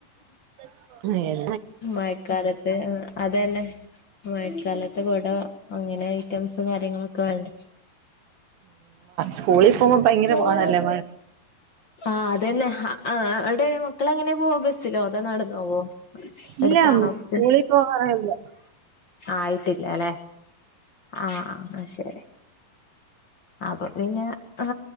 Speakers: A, on the right; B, on the left.
A: <inaudible>
B: മഴക്കാലത്ത് അതന്നെ. മഴക്കാലത്ത് കുട അങ്ങനെ ഐറ്റംസും കാര്യങ്ങളൊക്കെ വേണ്ടെ.
A: സ്കൂളിൽ പോവാൻ ഭയങ്കര
B: ചോറ്
A: പാടല്ലേ
B: ആഹ് അതന്നെ അവിടെ മക്കൾ ഏങ്ങനെയാ പോവ ബസ്സിലോ അതാ നടന്നോ?
A: ഇല്ല
B: എടുത്താണോ സ്കൂൾ
A: സ്കൂളിൽ പോകാറില്ല
B: ആയിട്ടില്ലലെ. ആഹ് ശരി. അപ്പോ പിന്നെ ആ